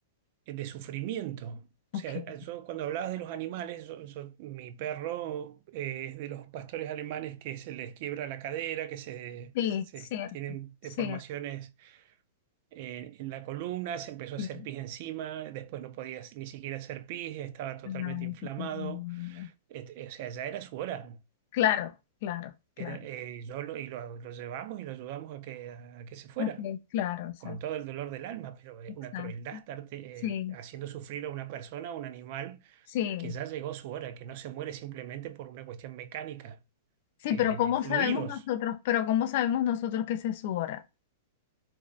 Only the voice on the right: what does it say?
de sufrimiento.
O sea, yo cuando hablabas de los animales, yo- yo- mi perro eh, es de los pastores alemanes que se les quiebra la cadera, que se,
se
tienen
deformaciones eh, en la columna, se empezó a
hacer pis encima, después no podía ni siquiera hacer pis, estaba totalmente
inflamado,
Et- eh, o sea, ya era su hora.
Era, eh, yo lo, y lo, lo llevamos y lo ayudamos a que, a que se fuera,
con todo el dolor del alma, pero es
una crueldad estarte
eh, haciendo sufrir a una persona, a un animal,
que ya llegó su hora, que no se muere simplemente por una cuestión mecánica
de,
de fluidos.